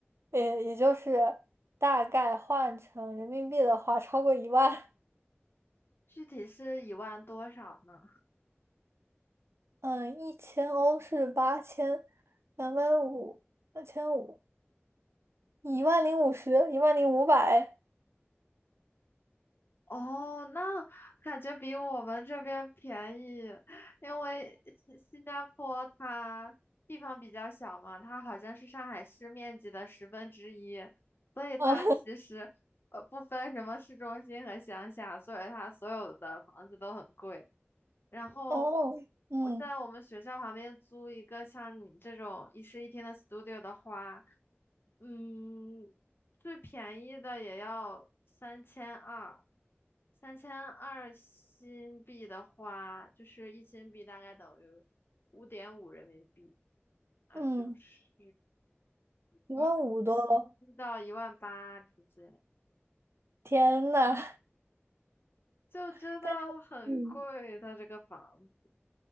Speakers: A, on the right (about 75°); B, on the left (about 55°).
A: 也也就是大概换成人民币的话超过一万，
B: 具体是一万多少呢？
A: 嗯，一千欧是八千两百五，两千五。一万零五十，一万零五百，
B: 哦，那感觉比我们这边便宜，因为新新加坡它地方比较小嘛，它好像是上海市面积的十分之一，所以它其实呃不分什么市中心和乡下，
A: 啊，<laughs>
B: 所以它所有的房子都很贵。然后
A: 哦，嗯
B: 我在我们学校旁边租一个像你这种一室一厅的 studio 的话，嗯，最便宜的也要三千二，三千二新币的话，就是一新币大概等于五点五人民币啊，
A: 嗯，
B: 就是
A: 一万五多了，
B: 一万七到一万八之间，
A: 天呐，
B: 就真的很贵。
A: <laughs> 但嗯，
B: 它这个房子，